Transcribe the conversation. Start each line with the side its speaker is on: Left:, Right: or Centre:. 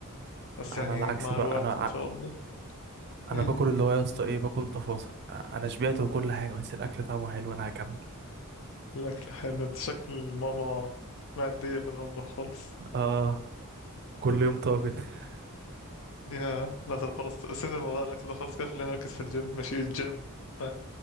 Left: بس
Right: انا
Left: يعني
Right: العكس
Left: مع
Right: بقى
Left: الوقت
Right: انا ع-
Left: ان شاء الله
Right: انا
Left: ايه
Right: باكل اللي هو يا اسطى ايه باكل تفاصيل انا شبعت وكل حاجه بس الاكل طعمه حلو انا هكمل
Left: الأكل حلو أنت شكل ماما مادية في المطبخ خالص
Right: اه كل يوم طاجن <laughs>
Left: يا لا طب خلاص سيبنا من موضوع الأكل ده خالص كده خلينا نركز في الجيم ماشي الجيم ف...